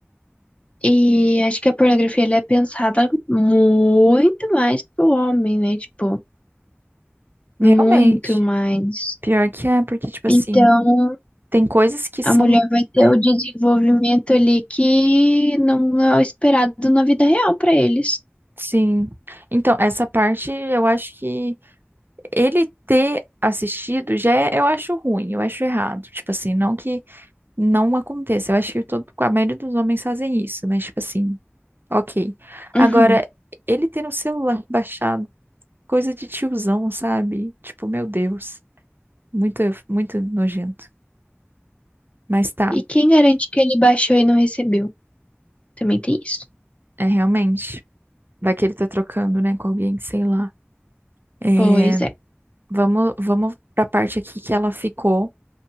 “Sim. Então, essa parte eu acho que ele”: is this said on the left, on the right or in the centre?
Right